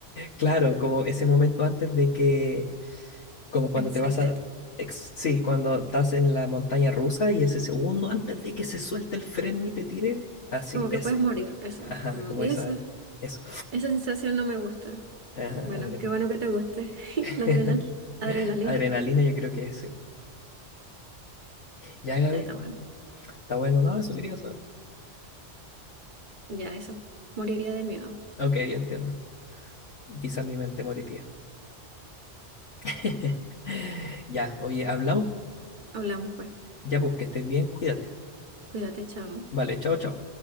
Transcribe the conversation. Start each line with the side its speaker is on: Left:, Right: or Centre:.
Left: Claro, como ese momento antes de que Como cuando
Right: Excited.
Left: te vas a... ex- sí, cuando estás en la montaña rusa y ese segundo antes de que se suelte el freno y te tire. Así,
Right: Como que
Left: ese.
Right: puedes morir, eso.
Left: Ajá,
Right: Como,
Left: como
Right: y
Left: esa...
Right: eso,
Left: Eso.
Right: esa sensación no me gusta.
Left: Ajá,
Right: Bueno,
Left: adren-
Right: qué bueno que te guste. <laughs>
Left: <laughs>
Right: La adrenal, adrenalina.
Left: Adrenalina, yo creo que ese. Ya, Gaby.
Right: Ya está bueno.
Left: Está bueno, no, eso quería saber.
Right: Ya eso. Moriría de miedo.
Left: Ok, entiendo. Quizás mi mente moriría. <laughs> Ya, oye, hablamos.
Right: Hablamos, pues.
Left: Ya, pues que estés bien, cuídate.
Right: Cuídate, chao.
Left: Vale, chao, chao.